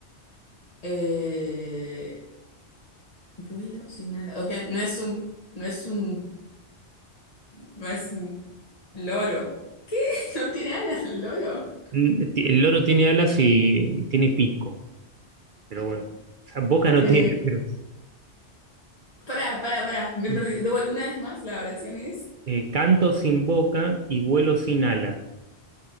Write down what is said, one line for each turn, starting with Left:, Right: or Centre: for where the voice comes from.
Left: eh, vuelo sin alas. Ok, no es un... No es un... No es un loro. <laughs> No tiene alas el loro.
Right: Mm, ti- El loro tiene alas y tiene pico, pero bueno. O sea, boca no
Left: Eh,
Right: tiene, pero...
Left: pará, pará, pará. Me
Right: Mm.
Left: perdí. De vuel- una vez más, la oración es...
Right: Eh, canto sin boca y vuelo sin ala.